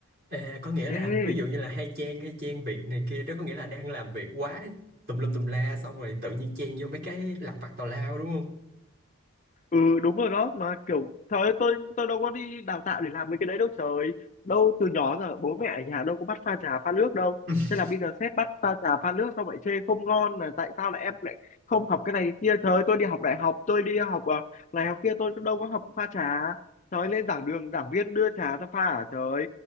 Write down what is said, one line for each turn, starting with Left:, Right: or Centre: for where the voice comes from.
Right: À, có nghĩa
Left: ê
Right: là ví dụ như là hay chen hay chen việc này kia đó có nghĩa là đang làm việc quá tùm lum tùm la xong rồi tự nhiên chen vô mấy cái lặt vặt tào lao đúng không?
Left: ừ đúng rồi đó mà kiểu trời ơi tôi tôi đâu có đi đào tạo để làm mấy cái đấy đâu trời đâu từ nhỏ giờ bố mẹ ở nhà đâu có bắt pha trà pha nước đâu
Right: <laughs>
Left: thế là bây giờ sếp bắt pha trà pha nước xong lại chê không ngon là tại sao lại em lại không học cái này cái kia trời ơi tôi đi học đại học tôi đi học ờ, này học kia tôi đâu có học pha trà trời ơi, lên giảng đường giảng viên đưa trà cho pha à trời ơi.